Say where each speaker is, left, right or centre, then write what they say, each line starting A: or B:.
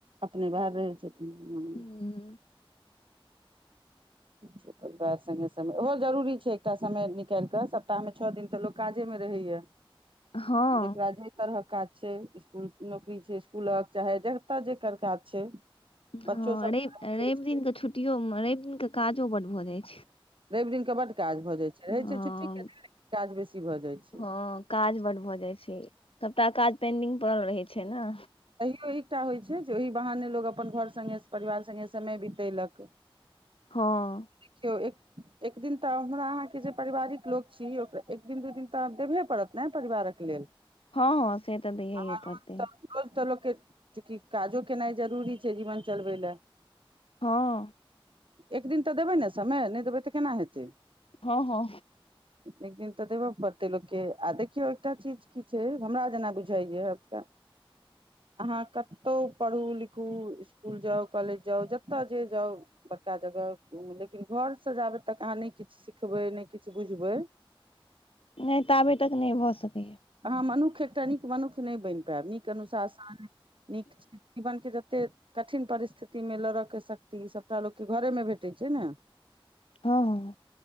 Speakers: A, on the right; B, on the left.
A: अपने बाहर रहै छथिन हुँ
B: हूँ
A: ठीक छै परिवार संगे समय ओहो जरूरी छै एकटा समय निकालिक सप्ताह मे छ दिन तऽ लोक काजे मे रहैय
B: हँ
A: जेकरा जे जैय तरहक काज छै इ स्कुल नौकरी छै इस्कूलक चाहे जतऽ जेकर काज छै
B: हँ
A: बच्चो सब
B: रवि रवि दिन कऽ छुट्टियो रवि दिन कऽ काजो बड्ड भऽ जाइ छै
A: रवि दिन कऽ बड्ड काज भऽ जाइ छै रहै
B: हँ
A: छै छुट्टी केँ दिन लेकिन काज बेसी भऽ जाइ छै
B: हँ काज बड भ जाइ छै सभटा काज पेंडिंग पडरल रहै छै ने।
A: इहो एकटा होइ छै जे ओहि बहाने लोक अपन घर संगे परिवार संगे समय बितेलक
B: हँ।
A: देखियौ एक। एक दिन तऽ हमरा अहाँके जे पारिवारिक लोक छी ओकरा एक दिन दू दिन तऽ देबहे पड़त ने परिवारक लेल।
B: हँ हँ से तऽ दै
A: आ रोज
B: पड़तै
A: तऽ रोज तऽ लोक कऽ चूँकि काजो केनाइ जरूरी छै जीवन चलबै लए
B: हँ
A: एक दिन तऽ देबै ने समय नहि देबै तऽ केना हेतै
B: हँ हँ
A: एक दिन तऽ देबय पड़तै लोककेँ आ देखियौ एकटा चीज की छै हमरा जेना बुझाइए यो अहाँ कतो पढ़ू लिखू इसकुल जाउ कॉलेज जाउ जतय जे जाउ बड़का जगह लेकिन घर सँ जाबै तक अहाँ नहि किछु सिखबै नहि किछु बुझबै। <inaudible>
B: नहि तऽ आबे तक नहि भऽ सकतेय
A: अहाँ मनुख्य एकटा नीक मनुष्य नहि बनि पायब नीक अनुशासन नीक छै जीवन के जते कठिन परिस्थितिमे लड़यके शक्ति सभटा लोकके घरेमे भेटै छै ने
B: हँ हँ।